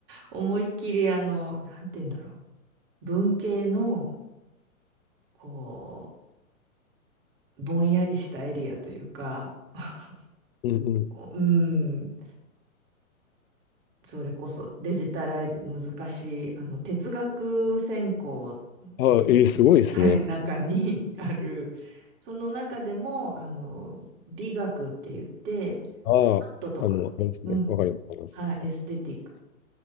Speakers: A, on the right; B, on the left.
A: 思いっきりあの、なんて言うんだろう。文系の、こう、ぼんやりしたエリアというか、<laughs>
B: うんうん。
A: うん、それこそデジタライズ難しい、あの、哲学専攻、の
B: ああ、えーすごいですね。
A: はい、うん。中に <laughs> ある、その中でも、あの、美学って言って、
B: ああ、
A: アートとかの、
B: あの、あれですね。
A: うん、
B: わかります。
A: はい、エステティック、